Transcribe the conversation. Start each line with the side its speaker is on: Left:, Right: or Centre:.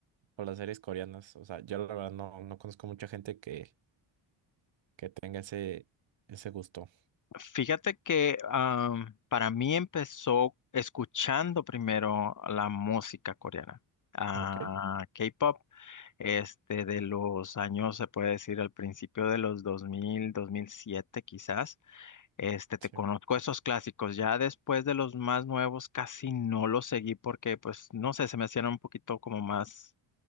Right: por las series coreanas? O sea, yo la verdad no, no conozco mucha gente que, que tenga ese, ese gusto.
Left: Fíjate que am, para mí empezó escuchando primero la música coreana, Ah,
Right: Ok,
Left: K-pop, este de los años, se puede decir, al principio de los dos dos mil dos mil siete quizás. Este, te
Right: sí.
Left: conozco esos clásicos, ya después de los más nuevos casi no los seguí porque pues no sé, se me hacían un poquito como más